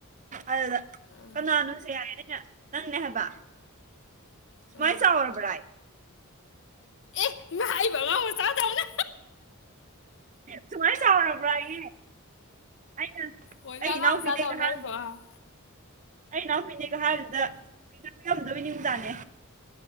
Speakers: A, on the right; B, on the left.
A: ꯑꯗꯨꯗ
B: ꯑꯥ
A: ꯀꯅꯥꯅꯣꯁꯦ ꯍꯥꯏ ꯑꯩꯅ ꯅꯪꯅꯦ ꯍꯥꯏꯕ ꯁꯨꯃꯥꯏ
B: ꯑꯥ
A: ꯆꯥꯎꯔꯕ꯭ꯔꯥꯌꯦ
B: ꯑꯦ ꯏꯃꯥ ꯑꯩꯕꯨ ꯑꯉꯥꯡ ꯃꯆꯥꯗꯧꯅ
A: ꯁꯨꯃꯥꯏꯅ ꯆꯥꯎꯔꯕ꯭ꯔꯥ ꯑꯌꯦ ꯑꯩꯅ
B: ꯃꯣꯏꯅ
A: ꯑꯩ
B: ꯑꯉꯥꯡ
A: ꯏꯅꯥꯎ
B: ꯃꯆꯥꯗꯧꯅ
A: ꯄꯤꯅꯦꯒꯥ ꯍꯥꯏ
B: ꯑꯩꯕꯨ ꯑꯥ
A: ꯑꯩ ꯏꯅꯥꯎꯄꯤꯅꯦꯒꯥ ꯍꯥꯏꯕꯗꯨꯗ ꯄꯤꯇꯨ ꯄꯤꯛꯑꯝꯗꯣꯏ ꯅꯤꯡꯖꯥꯅꯦ